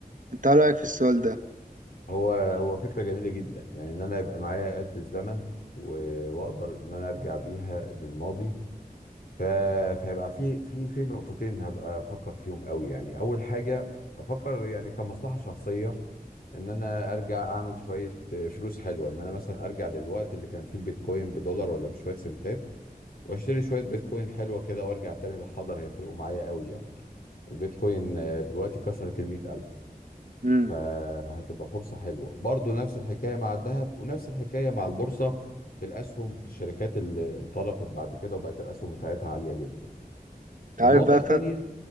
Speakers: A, on the right; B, on the left.
A: انت ايه رأيك في السؤال ده
B: هو هو فكرة جميلة جدا يعني ان انا يبقى معايا آلة الزمن و- واقدر ان انا ارجع بيها للماضي ف... فهيبقى في في في نقطتين هبقى افكر فيهم قوي يعني اول حاجة افكر يعني كمصلحة شخصية ان انا ارجع اعمل شوية فلوس حلوة ان انا مثلا ارجع للوقت اللي كان فيه البيتكوين بدولار ولا بشوية سنتات واشتري شوية بيتكوين حلوة كده وارجع تاني للحاضر هيفرقوا معايا قوي يعني البيتكوين آه، دلوقتي كسرت المئة ألف
A: امم
B: فهتبقى فرصة حلوة برضو نفس الحكاية مع الذهب ونفس الحكاية مع البورصة في الأسهم في الشركات اللي انطلقت بعد كده وبقت الأسهم بتاعتها عالية جدا النقطة
A: عارف بقى
B: التانية